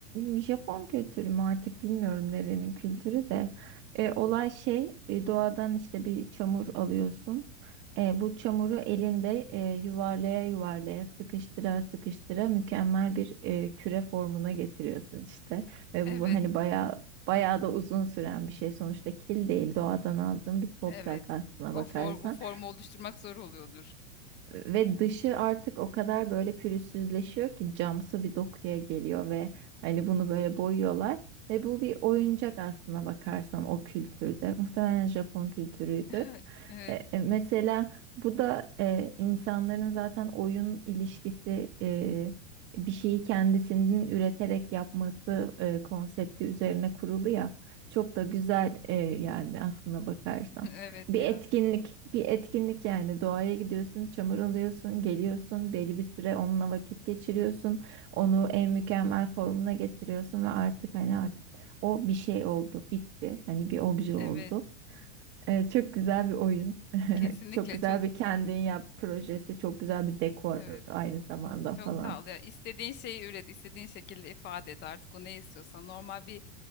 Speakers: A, on the right; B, on the left.
A: Japon kültürü mü artık bilmiyorum nerenin kültürü de. E, olay şey e, doğadan işte bir çamur alıyorsun. E, bu çamuru elinde e, yuvarlaya yuvarlaya sıkıştıra sıkıştıra mükemmel bir e, küre formuna getiriyorsun işte. Ve
B: Evet
A: bu hani bayağı Bayağı da uzun süren bir şey. Sonuçta kil değil, doğadan aldığım bir toprak
B: evet
A: aslına
B: o
A: bakarsan.
B: form o formu oluşturmak zor oluyordur.
A: Ve dışı artık o kadar böyle pürüzsüzleşiyor ki camsı bir dokuya geliyor ve hani bunu böyle boyuyorlar. Ve bu bir oyuncak aslına bakarsan o kültürde. Muhtemelen Japon kültürüydü.
B: <laughs> Evet
A: E, e, Mesela bu da e, insanların zaten oyun ilişkisi e, bir şeyi kendisinin üreterek yapması e, konsepti üzerine kurulu ya çok da güzel e, yani aslına bakarsan
B: <laughs> evet
A: bir
B: ya
A: etkinlik bir etkinlik yani doğaya gidiyorsun çamur alıyorsun geliyorsun belli bir süre onunla vakit geçiriyorsun onu en mükemmel formuna getiriyorsun ve artık hani art- o bir şey oldu bitti hani bir obje
B: evet
A: oldu. Ee, çok güzel bir oyun. <laughs>
B: kesinlikle
A: Çok güzel
B: çok
A: bir kendin yap projesi. Çok güzel bir dekor
B: Evet,
A: aynı zamanda
B: çok
A: falan.
B: tatlı. Ya, istediğin şeyi üret, istediğin şekilde ifade et. Artık o ne istiyorsan. Normal bir